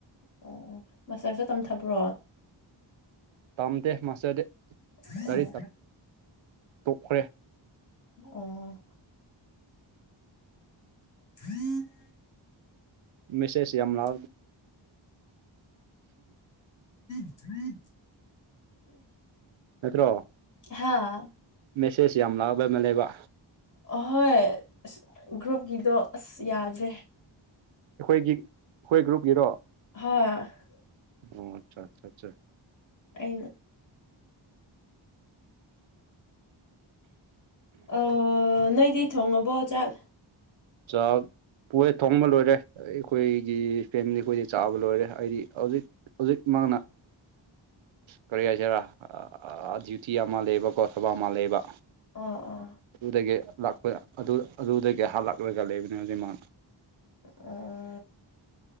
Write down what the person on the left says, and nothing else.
ꯑꯣ ꯃꯁꯇꯔꯁꯨ ꯇꯝꯊꯕ꯭ꯔꯣ
ꯑꯣ
ꯑꯣ ꯍꯨꯝ
ꯎꯝ
ꯍꯥꯥ
ꯑꯍꯣꯏ ꯑꯁ ꯒ꯭ꯔꯨꯞꯀꯤꯗꯣ ꯑꯁ ꯌꯥꯗ꯭ꯔꯦ
ꯍꯥ
ꯑꯩꯅ ꯑ ꯅꯣꯏꯗꯤ ꯊꯣꯡꯉꯕꯣ ꯆꯥꯛ
ꯑꯥ ꯑꯥ
ꯑ